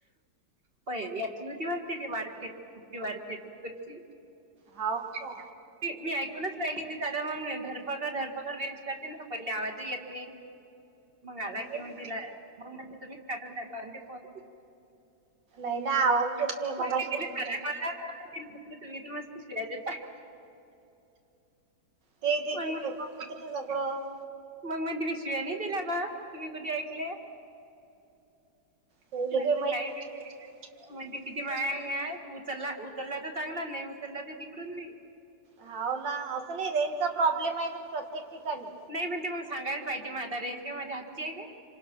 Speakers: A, on the right (about 30°); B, on the right (about 90°).
A: प याची होती वाटते ती, वाारखे कुर्ची वाारखेती कुर्ची.
B: हाव का
A: मी ऐकूनच ली ती दादा मगधरपकड धरपकड रेंज करते, ना पहिले आवाजही येत नाही. मग आला
B: नाही
A: कि मग तिला मग म्हणज, तुम्हीच काटून टाकला आणि ते फोन.
B: नाही ना
A: <unintelligible>
B: आवाजच येत नाही
A: म्हलं
B: मगाशी ते
A: तुम्ही तर मस्त शिवाया देता,
B: ते ते खेप
A: म्हणते-
B: होत ना सगळं.
A: मग मग तु्ही शियाने दिला, बा तुम्ही कुठी ऐकले.
B: त्याले
A: वाटलं
B: माहित
A: काही
B: नाही
A: म्हणजे,
B: त्याला
A: किती
B: काही माहित
A: बाया
B: नाही.
A: हे उचलला. त्याला तर चांगला नाही, चला तर तिकडून मी.
B: होा ना असं नाही रेंचा प्रॉब्लेम, आहे त प्रत्येक. ठिकाणी
A: नाही म्हण ते मग सांगायला पाहिजे, मग आता रेंज का माझ्या हातची आहे का.